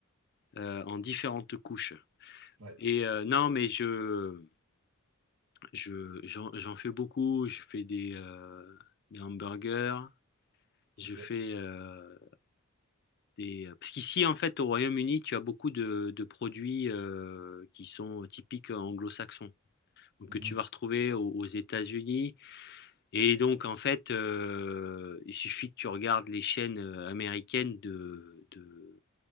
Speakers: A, on the left; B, on the right.
A: euh, en différentes couches.
B: Ouais,
A: Et euh, non, mais je, je, j'en, j'en fais beaucoup. Je fais des, euh, des hamburgers. Je
B: ok.
A: fais euh, des... euh, Parce qu'ici, en fait, au Royaume-Uni, tu as beaucoup de, de produits euh, qui sont typiques anglo-saxons. Donc,
B: Mhm.
A: que tu vas retrouver aux, aux États-Unis. Et donc, en fait, euh, il suffit que tu regardes les chaînes euh, américaines de, de,